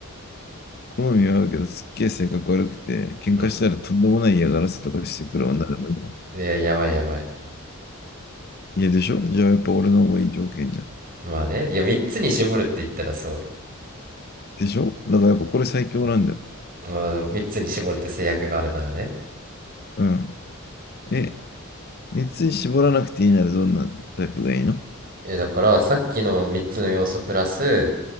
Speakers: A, on the left (about 45°); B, on the right (about 40°).
A: 好みは合うけど、すっげえ性格悪くて、喧嘩したらとんでもない嫌がらせとかしてくる女だもんだ。
B: うん。いや、やばいやばい。
A: いやでしょじゃあやっぱ俺の方がいい条件じゃん。
B: まあね、いや、3つに絞るって言ったらそうよ。
A: でしょだからやっぱこれ最強なんだよ。
B: まあ、3つに絞るって制約があるならね
A: うん。え、熱に絞らなくていいならどんなタイプがいいの
B: えだからさっきの3つの要素プラス